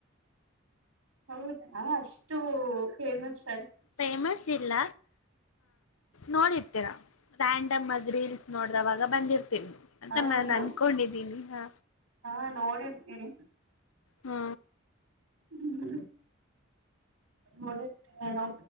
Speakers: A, on the right; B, on the left.
A: ಹೌದಾ ಅಷ್ಟು ಫೇನಸ್
B: ಫೇಮಸ್ ಇಲ್ಲ ನೋಡಿರ್ತೀರಾ ರ್ಯಾಂಡಮ್ ಆಗ ರೀಲ್ಸ್ ನೋಡ್ದವಾಗ ಬಂದಿರ್ತ ಅಂತ
A: ಹಾ
B: ನಾನನ್
A: ನೋ
B: ಅನ್ಕೊಂಡಿದ್ದೀನಿ ಹ
A: ಹಾ ನೋಡಿರ್ತೀರಿ
B: ಹ್ಮ
A: ಹ್ಮ ನೋಡಿರ್ತೀನಿ ನ